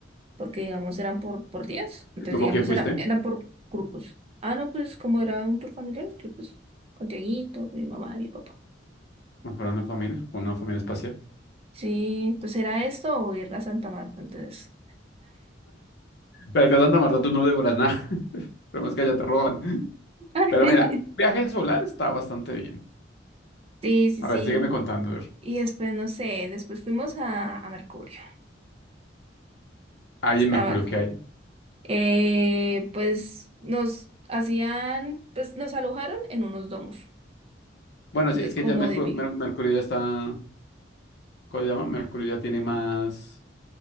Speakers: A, on the right; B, on the left.
A: porque, digamos, eran por, por días, entonces,
B: ¿Y tú con
A: digamos,
B: quién fuiste?
A: era, eran por grupos. Ah, no, pues, como era un tour familiar, entonces, pues, con Tiaguito, con mi mamá, mi papá.
B: con una familia? ¿Con una familia espacial?
A: Sí, pues era esto o ir a Santa Marta, entonces.
B: Pero es que a Santa Marta tú no devoras nada. <laughs> Pero es que allá te roban.
A: <laughs>
B: Pero mira, viaje solar está bastante bien.
A: Sí, sí,
B: A
A: sí.
B: ver, sígueme contando. a ver.
A: Y después, no sé, después fuimos a, a Mercurio.
B: Ahí
A: Estaba,
B: en Mercurio, ¿qué hay?
A: eh, pues nos hacían, pues nos alojaron en unos domos
B: Bueno,
A: de
B: sí, es
A: como
B: que ya Mercu-
A: de vi.
B: Mer- Mercurio ya está, ¿cómo se llama? Mercurio ya tiene más.